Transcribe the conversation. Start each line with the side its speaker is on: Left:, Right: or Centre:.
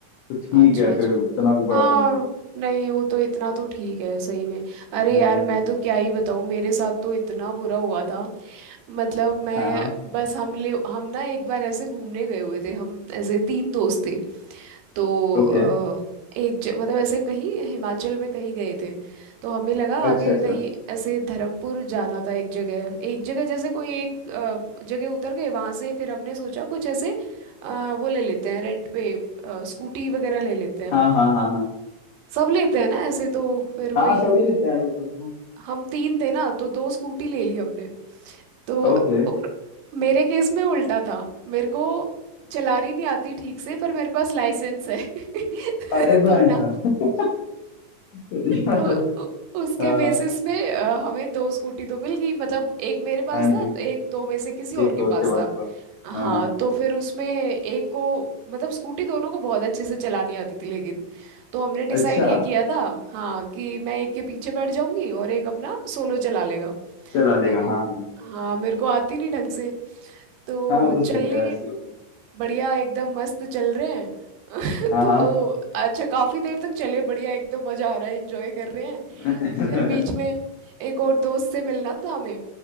Left: तो ठीक
Right: अच्छा
Left: है
Right: अच्छा
Left: फिर उतना भी बड़ा
Right: हाँ
Left: नहीं हुआ
Right: नहीं वो तो इतना तो ठीक है सही में अरे
Left: हाँ
Right: यार मैं तो क्या ही बताऊँ मेरे साथ तो इतना बुरा हुआ था मतलब मैं
Left: हाँ हाँ
Right: बस हम ले हम ना एक बार ऐसे घूमने गए हुए थे हम ऐसे तीन दोस्त थे तो
Left: ओके
Right: अ, एक ज, मतलब ऐसे कहीं हिमाचल में कहीं गए थे तो हमें लगा
Left: अच्छा
Right: आगे
Left: अच्छा
Right: कहीं ऐसे धर्मपुर जाना था एक जगह एक जगह जैसे कोई एक अ, जगह उतर गए वहां से फिर हमने सोचा कुछ ऐसे अ, वो ले लेते हैं रेंट पे अ, स्कूटी वगैरह ले लेते हैं
Left: हाँ हाँ हाँ हाँ
Right: सब लेते हैं ना ऐसे तो फिर वही
Left: हाँ सभी लेते हैं यार वो तो हाँ
Right: हम तीन थे ना तो दो स्कूटी ले ली हमने तो
Left: ओके
Right: और मेरे केस में उल्टा था मेरे को चलानी नहीं आती ठीक से पर मेरे पास लाइसेंस है
Left: अरे
Right: <laughs>
Left: भाई
Right: तो
Left: साहब
Right: ना
Left: <laughs>
Right: तो उ- उसके
Left: हाँ हाँ
Right: बेसिस पे अ, हमें दो स्कूटी तो मिल गई मतलब एक मेरे पास
Left: हाँ जी
Right: था एक दो में से किसी
Left: एक
Right: और के
Left: दोस्त
Right: पास
Left: के पास
Right: था
Left: होगा
Right: हाँ
Left: हाँ हाँ
Right: तो फिर उसमें एक को मतलब स्कूटी दोनों को बहुत अच्छे से चलानी आती थी लेकिन तो हमने डिसाइड
Left: अच्छा
Right: ये किया था हाँ कि मैं एक के पीछे बैठ जाऊंगी और एक अपना सोलो चला लेगा
Left: चला लेगा
Right: क्योंकि
Left: हाँ हाँ
Right: हाँ मेरे को आती नहीं ढंग से तो
Left: हाँ वो तो सही
Right: चल ली
Left: है ऐसे ही होता है
Right: बढ़िया एकदम मस्त चल रहे हैं
Left: हाँ
Right: <laughs> तो
Left: हाँ
Right: अच्छा काफी देर तक चले बढ़िया एकदम मजा आ रहा है एंजॉय कर रहे हैं
Left: <laughs>
Right: फिर बीच में एक और दोस्त से मिलना था हमें